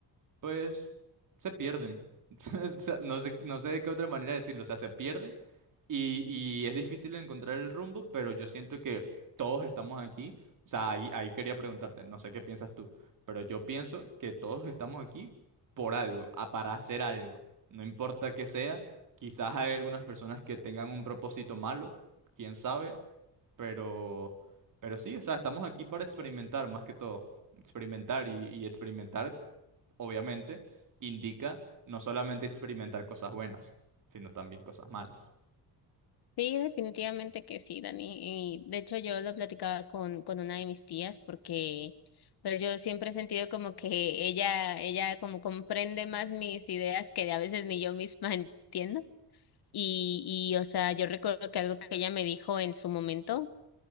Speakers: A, on the right; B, on the left.
A: pues se pierden. <laughs> O sea, No sé, no sé de qué otra manera decirlo, o sea, se pierden y, y es difícil encontrar el rumbo, pero yo siento que todos estamos aquí. O sea, ahí, ahí quería preguntarte, no sé qué piensas tú, pero yo pienso que todos estamos aquí por algo, a- para hacer algo, no importa qué sea, quizás hay algunas personas que tengan un propósito malo, quién sabe, pero, pero sí, o sea, estamos aquí para experimentar más que todo, experimentar y y experimentar obviamente, indica no solamente experimentar cosas buenas, sino también cosas malas.
B: Sí, definitivamente que sí, Dani. Y de hecho yo lo platicaba con, con una de mis tías porque pues yo siempre he sentido como que ella, ella como comprende más mis ideas que a veces ni yo misma <laughs> entiendo. Y, y o sea, yo recuerdo que algo que ella me dijo en su momento,